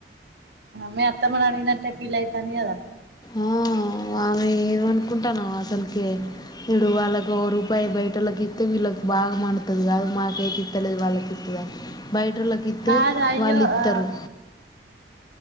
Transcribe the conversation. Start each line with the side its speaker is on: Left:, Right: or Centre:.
Right: మీ అత్తమ్మని అడిగినట్టే ఫీల్ అయితాంది కదా
Left: ఆ ఆమె ఏమను అనుకుంటానావు అస్సల్కే వీడు వాళ్ళకు ఒక రూపాయి బయట వాళ్ళకి ఇత్తె వీళ్ళకి బాగా మండుతది కదా మాకైతే తెలిదు వాళ్ళకి ఇప్పియాలి బయటోళ్లకి ఇత్తె
Right: కాదు అయ్యో
Left: వాళ్ళిత్తరు
Right: ఆ